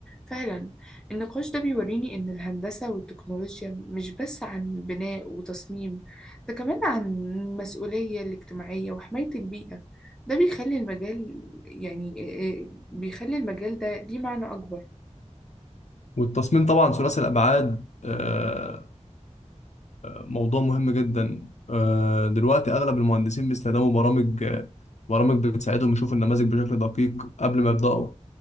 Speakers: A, in the centre; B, on the left.
A: فعلا النقاش ده بيوريني إن الهندسة والتكنولوجيا مش بس عن بناء وتصميم ده كمان عن المسؤولية الاجتماعية وحماية البيئة ده بيخلي المجال يعني إيه- إيه- بيخلي المجال ده ليه معنى أكبر
B: والتصميم طبعا ثلاثي الأبعاد آه، موضوع مهم جدا آه، دلوقتي أغلب المهندسين بيستخدموا برامج آه، برامج بتساعدهم يشوفوا النماذج بشكل دقيق قبل ما يبدأوا